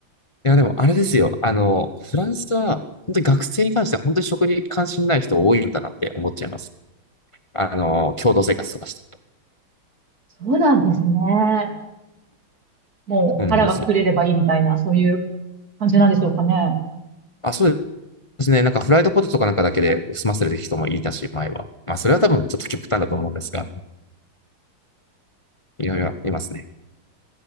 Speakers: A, on the left; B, on the right.
A: いやでもあれですよ。あの、フランスは本当に学生に関しては本当に食に関心ない人多いんだなって思っちゃいます。あの、共同生活とかしてると。
B: そうなんですね。もう腹が膨れればいいみたいな、
A: そうなんですよ。
B: そういう感じなんでしょうかね。
A: あ、そうですね。なんかフライドポテトかなんかだけで済ませる人もいたし、前は。まあ、それは多分ちょっと極端だと思うんですが、いろいろいますね。